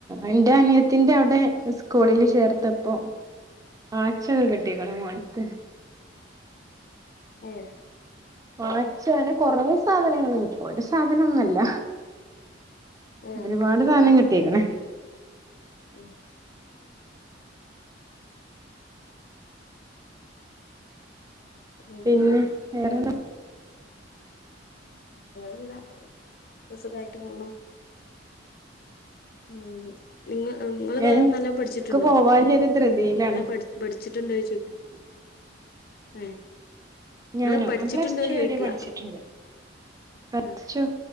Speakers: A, on the right (about 20°); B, on the left (about 55°).
A: എന്റെ അനിയത്തിന്റെ അവിടെ സ്കൂളില് ചേർത്ത ഇപ്പൊ ആച്ചക കിട്ടിക്കണം മോനക്ക്
B: ഏ
A: മച്ച അനെ കൊറേ സാധനങ്ങുണ്ട് ഒരു സാധന ഒന്നല്ല
B: ഏ
A: ഒരുപാട് സാധനം കിട്ടിയക്കണേ
B: ഓ എന്താ
A: പിന്നെ വേറെണ
B: എന്താ സുഖായിട്ട് പോണ ഉം നിങ്ങ നിങ്ങൾക്ക
A: ഏഹ്
B: നല്ല പഠിച്ചിട്ടുണ്ടോ
A: ക്ക് പോവാല്ലൊരു ധൃതിയിലാണ്
B: നല്ല പഠിച്ചിട്ടുണ്ടോ ചോദിക്ക
A: <inaudible>
B: ഏ നിങ്ങള്
A: ഞാനോ
B: പഠിച്ചിട്ടുണ്ടോ
A: ഞാൻ പ്ലസ് ടു
B: ചോദിക്ക
A: വരെ പഠിച്ചിട്ടുണ്ട്
B: ആ
A: പ്ലസ്
B: ആ
A: ടു